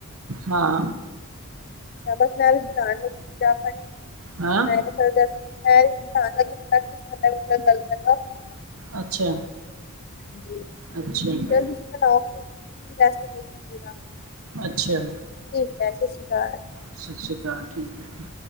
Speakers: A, on the right; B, on the left.
A: ਹਾਂ।
B: ਸਗੋਂ ਮੈਂ ਵੀ ਧਿਆਨ ਰੱਖਦੀ ਚਾਹ ਪਾਣੀ
A: ਹਾਂ
B: ਮੈਂ ਚੱਲ ਦੱਸ ਮੈਂ ਵੀ ਧਿਆਨ ਰੱਖਦੀ ਮੈ ਕਿਆ ਚਲ ਦੱਸ-ਪੰਦਰਾ ਮਿੰਟ ਮੈ ਗੱਲ ਕਰ ਲਾ।
A: ਅੱਛਾ।
B: ਹਾਂਜੀ।
A: ਅੱਛਾ
B: ਚੱਲ ਤੁਸੀਂ ਬਲਾਓ ਫਿਰ ਤੁਸੀਂ ਵੀ ਰੈਸਟ ਕਰੋ ਜਿਹੜਾ
A: ਅੱਛਾ
B: ਠੀਕ ਹੈ ਸਤਿ ਸ਼੍ਰੀ ਅਕਾਲ।
A: ਸਤਿ ਸ਼੍ਰੀ ਅਕਾਲ, ਠੀਕ ਹੈ।